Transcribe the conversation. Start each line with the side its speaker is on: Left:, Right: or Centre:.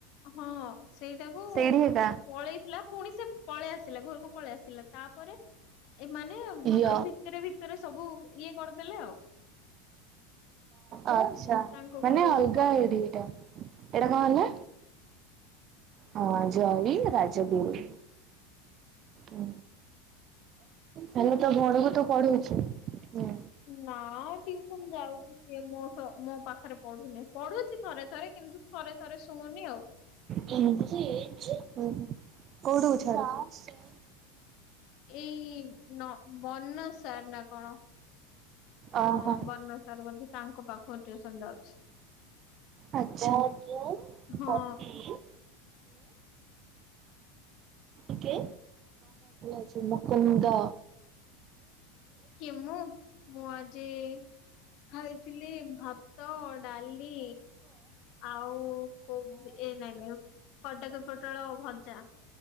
Left: ହଁ ସେଇଟାକୁ
Right: ସେଇଠି ଏକା
Left: ପଳେଇ ଥିଲା ପୁଣି ସେ ପଳେଇ ଆସିଲା ଘରକୁ ପଳେଇ ଆସିଲା ତାପରେ ଏମାନେ ପୁରା
Right: ୟ
Left: ଭିତରେ ଭିତରେ ସବୁ ଇଏ କରିଦେଲେ ଆଉ।
Right: ଆଛା
Left: ତାଙ୍କ
Right: ମାନେ
Left: ଘର
Right: ଅଲଗା
Left: ଲୋକ ଆଉ।
Right: ଇଏରେ ଏଇଟା। ଏଇଟା କଣ ହେଲା ଜୟି ରାଜଗୁରୁ। ଉଁ। ହେଲେ ତ ବଡକୁ ତ ପଢ଼ୌଚି, ହୁଁ।
Left: ନା ଟିଉସନ ଯାଉଚି ସିଏ ମୋ ମୋ ପାଖରେ ପଢୁନିଁ ପଢୁଚି ଥରେ ଥରେ କିନ୍ତୁ ଥରେ ଥରେ ଶୁଣୁନି ଆଉ।
Right: କୋଉଠୁ <unintelligible>
Left: ଏଇ ନ ମନ ସାର ନା କଣ।
Right: ଓହୋ
Left: ହଁ ବନସାର ବୋଧେ ତାଙ୍କ ପାଖୁ ଟିଉସନ ଯାଉଛି।
Right: ଆଛା, <unintelligible>
Left: ହଁ
Right: କଁ ଖାଇଥିଲେ ଆଜି? ମୁକୁନ୍ଦ।
Left: କିଏ ମୁ ମୁଁ ଆଜି ଖାଇଥିଲି ଭା ତ ଡାଲି ଆଉ କୋଉ ଏ ନାଇଁ ନାଇଁ କଟକୀ ପୋଟଳ ଭଜା